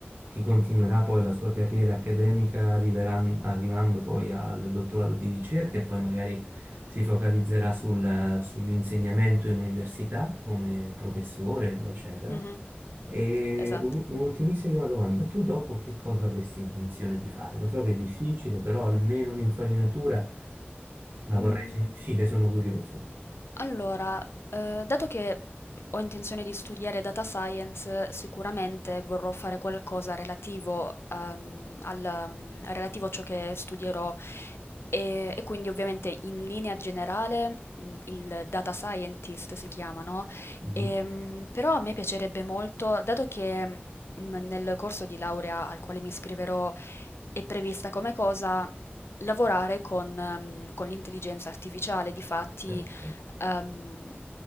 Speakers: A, on the right; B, on the left.
A: chi continuerà poi la sua carriera accademica arriveran- arrivando poi al dottorato di ricerca e poi magari si focalizzerà sul- sull'insegnamento in università come professore, eccetera.
B: Mhm.
A: E
B: Esatto.
A: un- un'ultimissima domanda, tu dopo che cosa avresti intenzione di fare? Lo so che è difficile, però almeno un'infarinatura la
B: Mhmm,
A: vorrei <laughs> sentire, sono curioso.
B: allora, uhm, dato che ho intenzione di studiare data science, sicuramente vorrò fare qualcosa relativo, uhm, al mhmm, relativo a ciò che studierò e e quindi ovviamente in linea generale, mhmm, il data scientist si chiama, no,
A: Mhm.
B: ehm, però a me piacerebbe molto, dato che, mhmm, nel corso di laurea al quale mi iscriverò è prevista come cosa lavorare con mhmm, con l'intelligenza artificiale. Difatti,
A: Certo.
B: ehm,